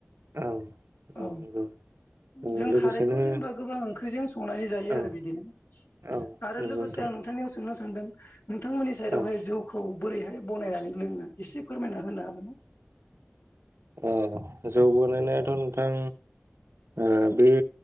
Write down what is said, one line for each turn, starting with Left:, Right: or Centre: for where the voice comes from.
Right: औ नंगौ
Left: औ
Right: औ
Left: जों
Right: लोगोसेनो
Left: खारैखौ जेनेबा गोबां ओंख्रिजों संनानै जायो
Right: औ
Left: आरो बिदिनो
Right: औ
Left: आरो
Right: नंगौ
Left: लोगोसे
Right: नोंथां
Left: आं नोंथांनियाव सोंनो सानदों। नोंथांमोननि साइडआवहाय
Right: औ
Left: जौखौ बोरैहाय बनायनानै लोङो एसे फोरमायना होनो हागोन ना।
Right: औ जौ बानायनायाथ' नोंथां ओ बे